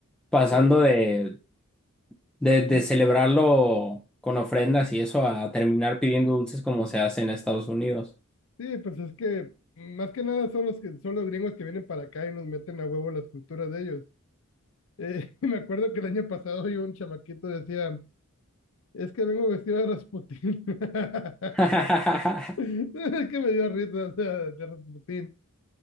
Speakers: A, in the centre; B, on the left.
A: pasando
B: Eh,
A: de, de,
B: eh,
A: de celebrarlo con ofrendas y eso a terminar pidiendo dulces como se hace en Estados Unidos.
B: Sí, pues es que más que nada son los que son los gringos que vienen para acá y nos meten a huevo las culturas de ellos. Eh, <laughs> me acuerdo que el año pasado yo un chamaquito decía, es que vengo vestido de Rasputín. <laughs>
A: <laughs>
B: Es que me dio risa, o sea, de Rasputín.